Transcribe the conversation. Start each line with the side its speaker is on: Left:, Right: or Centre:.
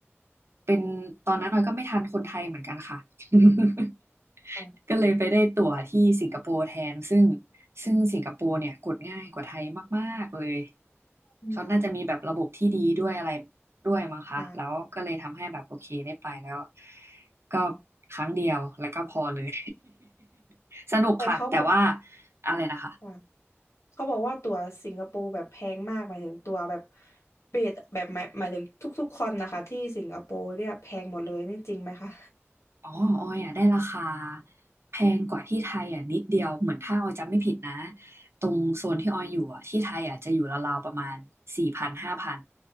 Right: เป็นตอนนั้นออยก็ไม่ทันคนไทยเหมือนกันค่ะ <laughs>
Left: อ่ะ
Right: ก็เลยไปได้ตั๋วที่สิงคโปร์แทนซึ่งซึ่งสิงคโปร์เนี่ยกดง่ายกว่าไทยมากๆเลย
Left: อืม
Right: เขาน่าจะมีแบบระบบที่ดีด้วยอะไรด้วยมั้งคะแล้วก็เลยทำให้แบบโอเคได้ไปแล้ว
Left: อ่า
Right: ก็ครั้งเดียวแล้วก็พอเลย <laughs> สนุกค่ะแต่ว่า
Left: แต่เขาบอก
Right: อะไรนะคะ
Left: ค่ะ เขาบอกว่าตั๋วสิงคโปร์แบบแพงมากหมายถึงตั๋วแบบเบสแบบหมายหมายถึงทุกๆคนนะคะที่สิงคโปร์เนี่ยแพงหมดเลยนี่จริงไหมคะ
Right: อ๋อออยอ่ะได้ราคาแพงกว่าที่ไทยอ่ะนิดเดียวเหมือนถ้าออยจำไม่ผิดนะตรงโซนที่ออยอยู่อ่ะที่ไทยอ่ะจะอยู่ราวๆประมาณสี่พันห้าพัน